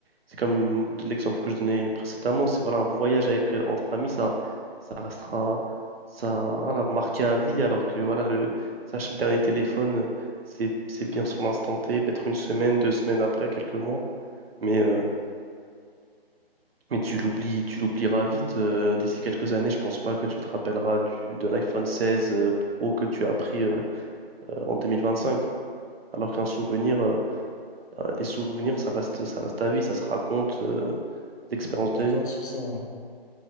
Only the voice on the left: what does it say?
vois.
Je suis
d'accord
sur ça. hein.